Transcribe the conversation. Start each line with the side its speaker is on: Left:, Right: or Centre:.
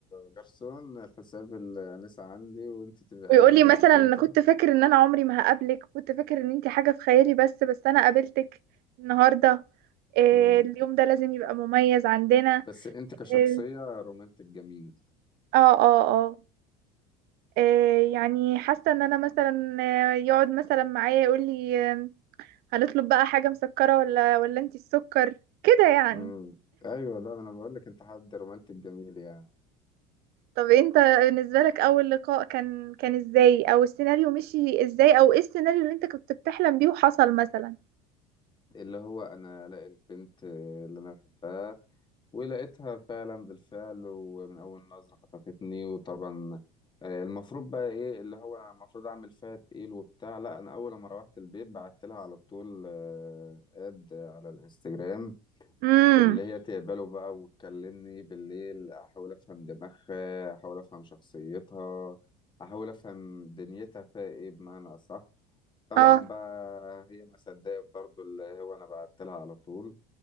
Left: جرسون الحساب الأنسة عندي وانت تبقى قايمة
Right: ويقول لي
Left: مبسوطة
Right: مثلا انا كنت فاكر ان انا عمري ما هقابلك كنت فاكر ان انت حاجة في خيالي بس بس انا قابلتك النهاردة إيه
Left: مم.
Right: اليوم ده لازم يبقى مميز عندنا
Left: بس انت كشخصية
Right: إيه،
Left: رومانتك جميل
Right: اه اه اه إيه يعني حاسة ان انا مثلا آه، يقعد مثلا معايا يقول لي آه، هنطلب بقى حاجة مسكرة ولا ولا انت السكر كده يعني
Left: مم. ايوه لا انا بقول لك انت حد رومانتك جميل يعني
Right: طب انت بالنسبة لك اول لقاء كان كان ازاي او السيناريو مشي ازاي او ايه السيناريو اللي انت كنت بتحلم بيه وحصل مثلا
Left: اللي هو انا الاقي البنت اللي انا بحبها ولقيتها فعلا بالفعل ومن أول نظرة خطفتني وطبعا آه، المفروض بقى إيه اللي هو أنا المفروض أعمل فيها تقيل وبتاع لا أنا أول ما روحت البيت بعت لها على طول آه، آد على الانستجرام
Right: امم
Left: اللي هي تقبله بقى وتكلمني بالليل أحاول أفهم دماغها أحاول أفهم شخصيتها أحاول أفهم دنيتها فيها إيه بمعنى أصح طبعا
Right: اه
Left: بقى هي ما صدقت برضو اللي هو أنا بعت لها على طول